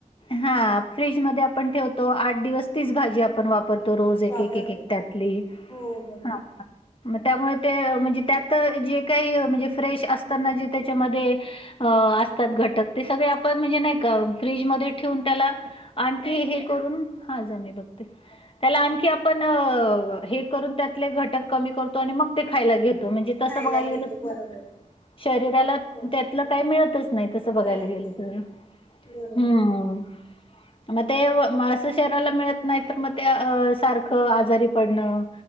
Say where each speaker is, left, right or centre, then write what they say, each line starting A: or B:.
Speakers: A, on the left (about 40°); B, on the left (about 15°).
A: हा फ्रीज मध्ये आपण ठेवतो आठ दिवस तीच भाजी आपण वापरतो. तो रोज एक
B: वापरतो
A: एक एक त्यातली
B: हो बरोबर.
A: हां. हां. मग त्यामुळे ते म्हणजे त्यात जे काही म्हणजे फ्रेश असत ना जे त्याच्यामध्ये अ असतात घटक ते सगळे आपण म्हणजे नाही का फ्रीजमध्ये ठेवून त्याला आणखी हे करून, हा जा मी बघते. त्याला आणखी आपण हे करून त्यातले घटक कमी करतो आणि मग ते खायला घेतो. तो म्हणजे तसं
B: खायला
A: बघायला
B: घेतो
A: गेलं.
B: बरोबर
A: शरीराला
B: हो
A: त्यातलं काही मिळतच नाही तसं बघायला
B: मिळत
A: गेलं
B: नाही
A: तर.
B: बरोबर.
A: हं. मग ते असं शरीराला मिळत नाही तर मग ते सारखं आजारी पडणं.